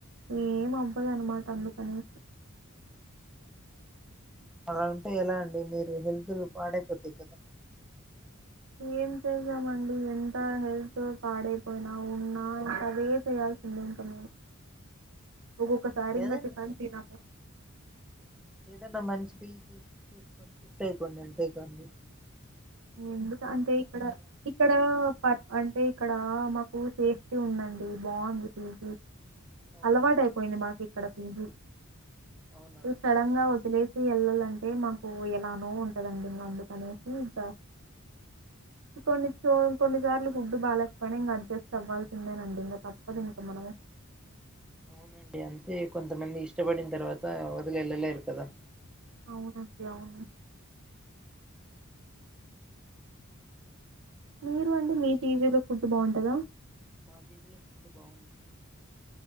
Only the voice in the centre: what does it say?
అలా ఉంటే ఎలా అండి మీరు హెల్త్ పాడైపోతాయి కదా
లేదండి
ఏదన్నా మంచి పి జి చూసుకొని షిఫ్ట్ అయిపోండి అంతేకదండి
అవునండి
అవునా అండి
అవునండి అంతే కొంతమంది ఇష్టపడిన తర్వాత వదిలి ఏళ్ళలేరు కదా
మా పి జి లో ఫుడ్ బాగుంటుంది